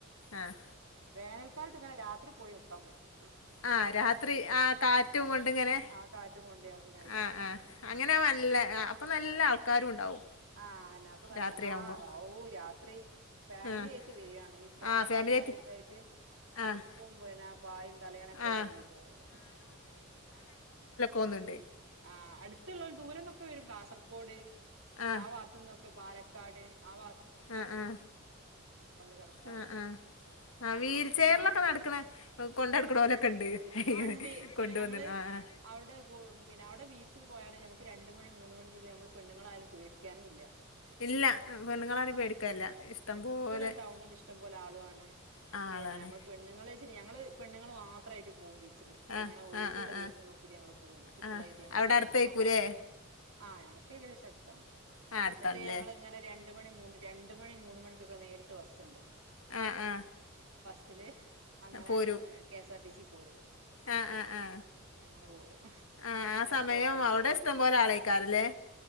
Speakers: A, on the left; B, on the right.
A: ആഹ്
B: വേനൽക്കാലത്ത് ഇങ്ങനെ രാത്രി പോയി നിൽക്കാൻ പറ്റൂ
A: ആ രാത്രി ആ കാറ്റും കൊണ്ടിങ്ങനെ
B: ആ കാറ്റും കൊണ്ട് ഞമ്മക്കിങ്ങനെ ഇരിക്ക
A: ആഹ ആഹ അങ്ങനെ നല്ല അപ്പൊ നല്ല
B: അതെ
A: ആൾക്കാാരും ഉണ്ടാവും
B: ആഹ് അന്നെ അപ്പൊ നല്ല
A: രാത്രിയാവുമ്പോ
B: ആ ആവു രാത്രി ഫാമിലി
A: ആഹ്
B: ആയിട്ട് വരികയാണ് ഈ പ്രായമുള്ള
A: ആഹ് ഫാമിലിയായിട്ട്
B: ആൾക്കാര് ായിട്ട്
A: ആഹ്
B: വിരിപ്പും പിന്നെ പായും തലയാണൊക്കെ ആയിട്ടാണ്
A: ആഹ്
B: വരകള്
A: ഒന്നുണ്ട്
B: ആ അടുത്തുള്ള ഒരു ദൂരംന്നൊക്കെ വരും കാസർഗോഡ് കോട്
A: ആഹ്
B: ആ വാത്തൊന്നും പാലക്കാട് ആവാ
A: ആ ആ
B: കിടക്കാന്
A: ആ ആ ആ
B: ആഹ്
A: വീൽചെയറിലൊക്കെ
B: പക്ഷെ
A: നടക്കണ കൊണ്ടടക്ക്ണോലക്കണ്ട്
B: ആ ഉണ്ട് പിന്നെ
A: കൊണ്ടുവന്ന്ണ്
B: നമ്മള്
A: ആ ആ
B: അവിടെ പിന്നെ അവിടെ ബീച്ചിൽ പോയാലും നമക്ക് രണ്ട് മണി മൂന്ന് മണിക്കൊക്കെ നമ്മൾ പെണ്ണങ്ങളായാലും പേടിക്കാനും ഇല്ല.
A: ഇല്ല പെണ്ണുങ്ങളാണെ
B: ഉം ഉം
A: പേടിക്കല്ല ഇഷ്ടം
B: എപ്പളും
A: പോലെ
B: ടൗണിൽ ഇഷ്ടം പോലെ ആളുആണ്
A: ആ
B: പിന്നെ
A: ആളാണ്
B: നമ്മൾ പെണ്ണുങ്ങള് ശരി ഞങ്ങള് പെണ്ണുങ്ങൾ മാത്രായിട്ട് പോകും ബീ ച്ചില്
A: ആ
B: ഇങ്ങനെ ഒഴിവുള്ള
A: ആ ആ ആ
B: ദിവസം നോകിയിട്ട് ഞങ്ങള് പോകും കുട്ടികളായിട്ട്
A: ആ
B: ഞങ്ങള്
A: അവിടെ
B: പെണ്ണുങ്ങള്
A: അടുത്തായിരിക്കൂല്ലേ
B: മാത്രം. ആ ഞൾക്ക് ഏകദേശം അടുത്താണ്.
A: ആ അടുത്താണല്ലേ
B: ന്നട്ട് ഞങ്ങള് ഇങ്ങനെ രണ്ട് മണി മൂന്ന് രണ്ട് രണ്ട് മണി മൂന്ന് മണിക്കൊക്കെ നേരിട്ട് ബസ്സ്ണ്ട്.
A: ആ ആ
B: സില് അങ്ങനെ
A: പോരൂ
B: കെഎസ്ആർ ടി സി പോരും. ഉം
A: ആ ആ ആ
B: അങ്ങനെ പോരും.
A: ആ
B: അങ്ങനെ
A: ആ സമയം
B: പോവാറുണ്ട്
A: അവിടെ
B: ഞങ്ങള്
A: ഇസ്ടം പോലെ ആളേക്കാരലേ